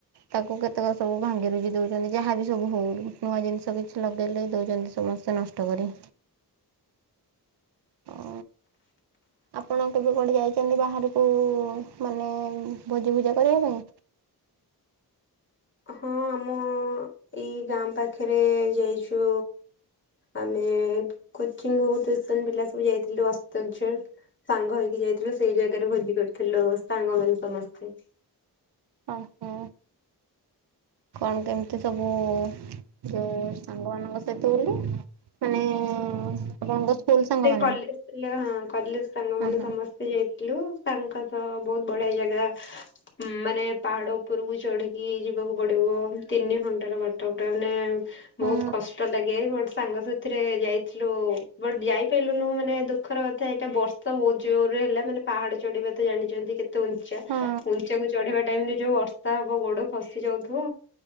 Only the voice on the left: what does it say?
ହଁ ଆମ ଏଇ ଗାଁ ପାଖରେ ଯାଇଛୁ ଆମେ କୋଚିଂ ହଉ ଟ୍ୟୁସନ ପିଲା ସବୁ ଯାଇଥିଲୁ ଅସ୍ତଞ୍ଚର। ସାଙ୍ଗ ହେଇକି ଯାଇଥିଲୁ ସେଇ ଜାଗାରେ ଭୋଜି କରିଥିଲୁ ସାଙ୍ଗମାନେ ସମସ୍ତେ।
ସେ କଲେଜ ପିଲା କଲେଜ ସାଙ୍ଗମାନେ
ସମସ୍ତେ ଯାଇଥିଲୁ ତାଙ୍କ ସହ ବହୁତ ବଢିଆ ଜାଗା ମାନେ ପାହାଡ ଉପରକୁ ଚଢିକି ଯିବାକୁ ପଡିବ ତିନି ଘଣ୍ଟାର ବାଟ ତା ମାନେ
ବହୁତ କଷ୍ଟ ଲାଗେ ବଟ୍ ସାଙ୍ଗ ସାଥିରେ ଯାଇଥିଲୁ ବଟ୍ ଯାଇ ଲୁନୁ ମାନେ ଦୁଃଖର କଥା ଏଇଟା ବର୍ଷା ବହୁତ ଜୋରରେ ହେଲା ମାନେ ପାହାଡ ଚଢିବାତ ଜାଣିଛନ୍ତି କେତେ ଉଞ୍ଚାବଉଞ୍ଚା
କୁ ଚଢେଇବା ଟାଇମରେ ଯୋଉ ବର୍ଷା ହବ ଗୋଡ ଖସି ଯାଉଥିବ